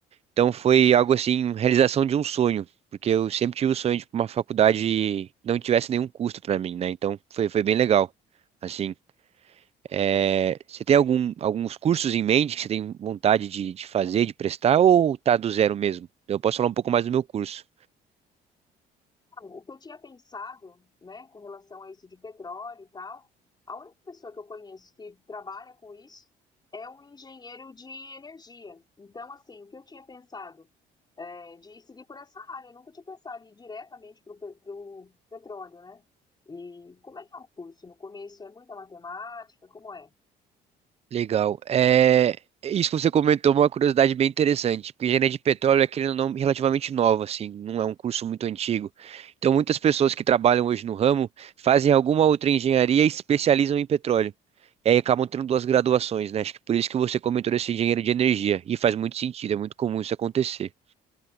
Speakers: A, on the right; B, on the left.
A: Então foi algo assim, realização de um sonho. Porque eu sempre tive o sonho de ir pra uma faculdade que não tivesse nenhum custo para mim, né? Então foi, foi bem legal. Assim, É, você tem algum, alguns cursos em mente que você tem vontade de, de fazer, de prestar, ou tá do zero mesmo? Eu posso falar um pouco mais do meu curso.
B: O que eu tinha pensado, né, com relação a isso de petróleo e tal, a única pessoa que eu conheço que trabalha com isso é um engenheiro de energia. Então, assim, o que eu tinha pensado é de seguir por essa área. Eu nunca tinha pensado em ir diretamente para o petróleo, né? E como é que é o curso? No começo é muita matemática, como é?
A: Legal. É, isso que você comentou é uma curiosidade bem interessante, porque engenharia de petróleo é querendo ou não relativamente nova, assim, não é um curso muito antigo. Então, muitas pessoas que trabalham hoje no ramo fazem alguma outra engenharia e especializam em petróleo. E aí acabam tendo duas graduações, né? Acho que por isso que você comentou esse engenheiro de energia. E faz muito sentido, é muito comum isso acontecer.